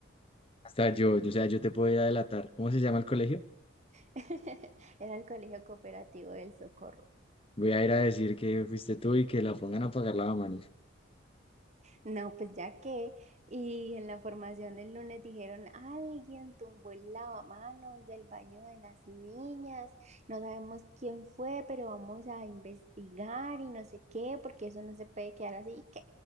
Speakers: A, on the left; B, on the right.
A: Hasta yo, yo, o sea, yo te puedo ir a delatar. ¿Cómo se llama el colegio?
B: <laughs> Era el colegio cooperativo del Socorro.
A: Voy a ir a decir que fuiste tú y que la pongan a pagar la mano.
B: No, pues ya que, y en la formación del lunes dijeron, alguien tumbó el lavamanos del baño de las niñas, no sabemos quién fue, pero vamos a investigar y no sé qué, porque eso no se puede quedar así, que